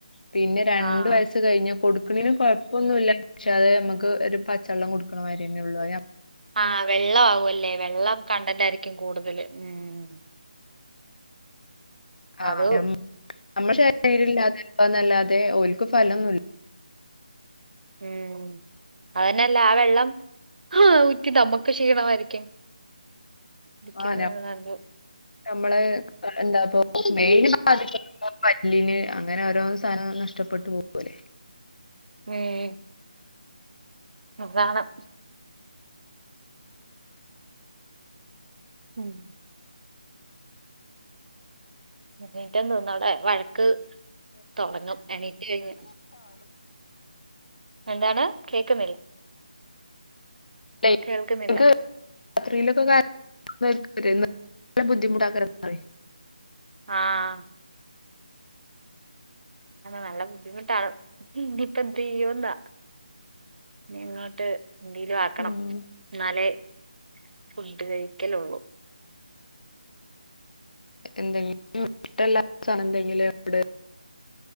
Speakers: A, on the left (about 85°); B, on the right (about 80°).
A: പിന്നെ രണ്ട്
B: ആഹ്
A: വയസ്സ് കഴിഞ്ഞ കൊടുക്കണീന് കൊഴ ഒന്നുല്ല പക്ഷെ അത് നമുക്ക് ഒരു പച്ചവെള്ളം കൊടുക്കണ മാതിരിയന്നെ ഒള്ളൂ
B: ആ വെള്ള ആവുവല്ലേ വെള്ളം കൺടെന്റയിരിക്കും കൂടുതല് ഉം
A: ആ
B: അത്
A: നമ്മുടെ ശരീരം ഇല്ലാതെന്നല്ലാതെ ഓല്ക്ക് ഫലംന്നുല്ല
B: ഉം അതന്നെയല്ല ആ വെള്ളം ഊറ്റി നമ്മുക്ക് ക്ഷീണമായിരി ടിക്കിന്നത്
A: ആഹ് നമ്മള് എന്താ പ്പൊ മെയിന് പല്ലിന് അങ്ങനെ ഓരോ സാധനം നഷ്ട നഷ്ടപ്പെട്ടു പോവും പോലെ
B: ഉം കാണാം ഉം എന്നീട്ട തിന്നടെ വഴക്ക് തൊടങ്ങും എണീറ്റ് കഴിഞ എന്താണ് കേക്കുന്നില്ല
A: <unintelligible>
B: കേൾക്കുന്നില്ല
A: രാത്രിയിലൊക്കെ കാ ല്ല ബുദ്ധിമുട്ടാക്കാര് ന്ന് പറയും
B: ആഹ നല്ല ബുദ്ധിമുട്ടാണ് ഇനിയിപ്പ എന്ത് ചെയ്യുന്നാ ഇങ്ങോട്ട് എന്തെലും ആക്കണം
A: ഉം
B: എന്നാലെ ഫുഡ് കഴിക്കലൊള്ളൂ
A: എന്തെങ്കിലും ഇഷ്ടല്ലാത്ത എന്തെങ്കിലുംവിടെ